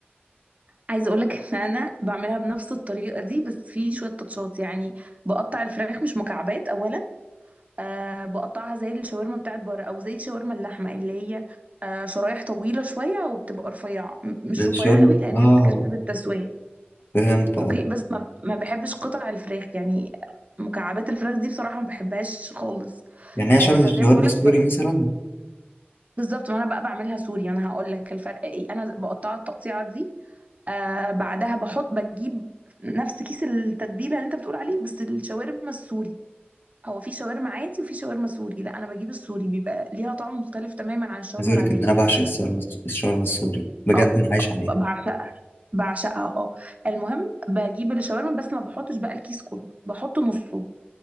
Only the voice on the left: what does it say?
ده الشاورما
اه
فهمت اه
يعني هي
شبه
الشاورما
السوري
مثلا
عايز أقول
لك إن أنا بعشق الشاورما الشاورما السوري بجد
أنا عايش
عليها